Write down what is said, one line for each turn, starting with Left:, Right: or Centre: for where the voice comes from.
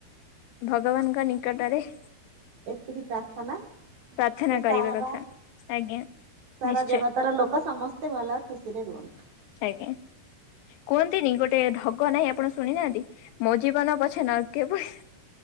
Left: ଭଗବାନଙ୍କ ନିକଟରେ
Right: ଏତିକି ପ୍ରାର୍ଥନା
Left: ପ୍ରାର୍ଥନା
Right: ତ
Left: କରିବା
Right: ସାରା
Left: କଥା। ଆଜ୍ଞା
Right: ସାରା
Left: ନିଶ୍ଚୟ
Right: ଜଗତ ର ଲୋକ ସମସ୍ତେ ଭଲ ଖୁସିରେ ରୁହନ୍ତୁ।
Left: ଆଜ୍ଞା। କୁହନ୍ତିନି ଗୋଟେ ଢଗ ନାହିଁ ଆପଣ ଶୁଣି ନାହାନ୍ତି ମୋ ଜୀବନ ପଛେ ନର୍କେ ପଡ଼ିଥାଉ।